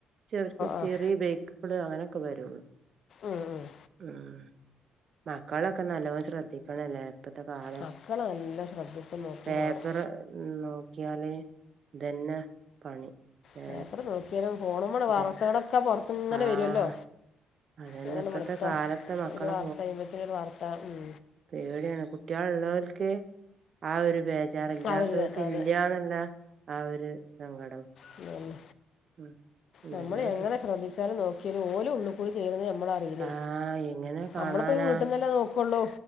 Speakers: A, on the right (about 55°); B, on the left (about 60°).
A: ചെറ്യേ
B: ആഹ്
A: ബെ അങ്ങനൊക്കെ വരൊള്ളൂ
B: ഉം ഉം
A: ഉം മക്കള ഒക്കെ നല്ലോ ശ്രദ്ധിക്കണല്ലെ. ഇപ്പത്തെ കാലം
B: മക്കൾ നല്ല ശ്രദ്ധിച്ച് നോക്കും
A: പേപ്പർ
B: വേണം
A: നോ നോക്ക്യാല് ഇതെന്നെ പണി. ഏ
B: പേപ്പർ നോക്ക്യാലും ഫോണുമ്മള് വാർത്തകളൊക്കെ
A: ഇത്
B: പൊറ്ത്ത് ഇങ്ങനെ
A: ആഹ്
B: വരൊല്ലോ.
A: അതന്നെ
B: നേരം
A: ഇപ്പത്തെ
B: വെളുത്ത
A: കാലത്തെ മക്കളെ
B: ഒരു വാർത്ത കഴിയുമ്പോക്കിന് ഒരു വാർത്ത ഉം.
A: പേട്യാണ്. കുട്ട്യേള് ഇള്ളോ ൽക്ക് ആ ഒരു ബേജ് ഇല്ലാത്തവർക്ക്
B: ആ ഒരു അതെ
A: ഇല്ല ഇന്ന്ള്ള ആ ഒരു സങ്കടം
B: അഹെന്നെ
A: ഉം എന്തെല്ലാം
B: നമ്മള് എങ്ങനെ
A: കേ
B: ശ്രദ്ധിച്ചാലും നോക്ക്യാലും ഓല് ഉള്ള്ക്കുടെ ചെയ്യണത് നമ്മള അലെ.
A: ആഹ് എങ്ങനെ കാണാനാ
B: അമ്മളിപ്പ ഈ വീട്ടന്നല്ലെ നോക്കൊള്ളു.